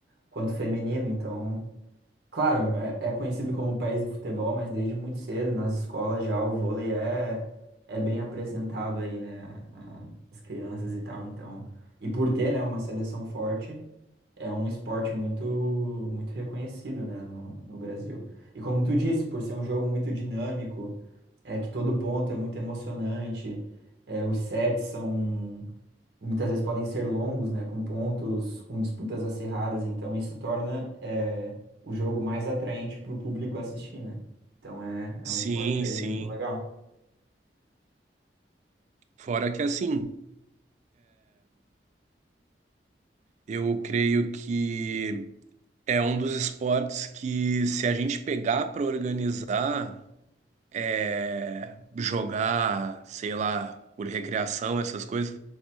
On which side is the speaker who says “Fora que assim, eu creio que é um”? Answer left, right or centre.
Right